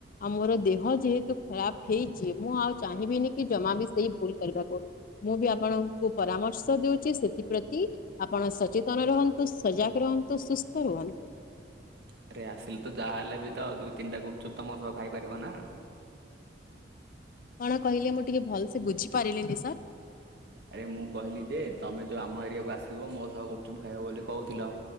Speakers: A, on the left; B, on the right.
A: ଆଉ ମୋର ଦେହ ଯେହେତୁ ଖରାପ ହେଇଛି ମୁଁ ଆଉ ଚାହିଁବିନି କି ଜମା ବି ସେଇ ଭୁଲ କରିବାକୁ। ମୁଁ ବି ଆପଣଙ୍କୁ ପରାମର୍ଶ ଦଉଛି ସେଥିପ୍ରତି ଆପଣ ସଚେତନ ରୁହନ୍ତୁ, ସଜାଗ ରୁହନ୍ତୁ, ସୁସ୍ଥ ରୁହନ୍ତୁ।
B: ଆରେ ଆସିଲେ ତ ଯାହା ହେଲେ ବି ତ ଦୁଇ, ତିନିଟା ଗୁପଚୁପ୍ ତ ମ ସହ ଖାଇପାରିବ ନା?
A: କଣ କହିଲେ ମୁଁ ଟିକେ ଭଲସେ ବୁଝିପାରିଲିନି ସାର୍?
B: ଆରେ ମୁଁ କହିଲି ଯେ ତମେ ଯୋଉ ଆମ ଏରିଆକୁ ଆସିବ ମୋ ସହ ଗୁପଚୁପ୍ ଖାଇବ ବୋଲି କହୁଥିଲ।